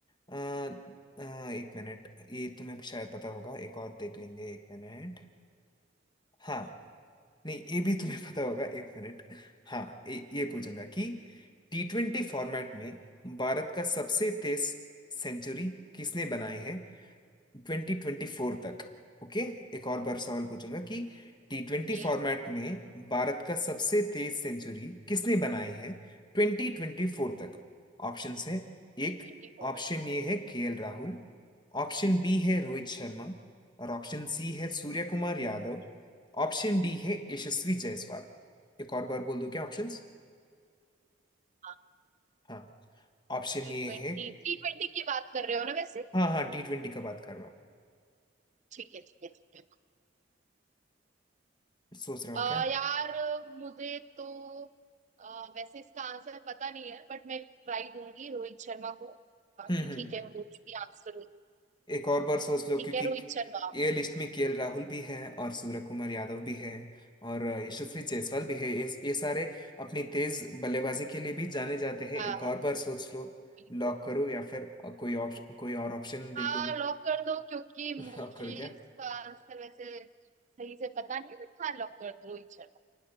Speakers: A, on the left; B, on the right.
A: अ, अ, एक मिनट ये तुम्हें शायद पता होगा एक और देख लेंगे एक मिनट हाँ नहीं ये भी तुम्हें पता होगा एक मिनट हाँ ये ये पूछूंगा कि टी ट्वेंटी फॉर्मेट में भारत का सबसे तेज सेंचुरी किसने बनाई है ट्वेंटी ट्वेंटी फोर तक ओके एक और बार सवाल पूछूंगा कि टी ट्वेंटी
B: ओके
A: फॉर्मेट में भारत का सबसे तेज सेंचुरी किसने बनाई है ट्वेंटी ट्वेंटी फोर तक ऑप्शंस हैं
B: टी
A: एक
B: ट्वेंटी फॉर्मेट
A: ऑप्शन
B: में
A: ए है K L Rahul option B है रोहित शर्मा और ऑप्शन सी है सूर्य कुमार यादव ऑप्शन डी है यशस्वी जायसवाल एक और बार बोल दूं क्या ऑप्शंस
B: हाँ
A: हाँ ऑप्शन
B: टी
A: ए
B: ट्वेंटी
A: है
B: टी ट्वेंटी की बात कर रहे हो ना वैसे
A: हाँ हाँ टी ट्वेंटी का बात कर रहा हूँ
B: ठीक है ठीक है ठीक है
A: सोच रहा हूँ
B: अ,
A: क्या
B: यार मुझे तो अ, वैसे इसका आंसर पता नहीं है बट मैं ट्राई दूंगी रोहित शर्मा को बाकी
A: हम्म हम्म
B: ठीक है कुछ भी आंसर हो।
A: एक
B: तो।
A: और बार
B: ठीक
A: सोच लो क्योंकि
B: है रोहित शर्मा
A: ये लिस्ट में केएल राहुल भी है और सूर्य कुमार यादव भी है और यशस्वी जायसवाल भी है ये ये सारे अपनी तेज बल्लेबाजी के लिए भी जाने जाते हैं
B: हाँ
A: एक
B: हाँ
A: और बार सोच लो
B: बिल्कुल
A: लॉक करो या फिर कोई ऑप्शन कोई और ऑप्शन देखोगे
B: हाँ लॉक कर दो क्योंकि
A: <laughs>
B: मुझे
A: लॉक करो क्या
B: इसका आंसर वैसे सही से पता नहीं है but हाँ लॉक कर दो रोहित शर्मा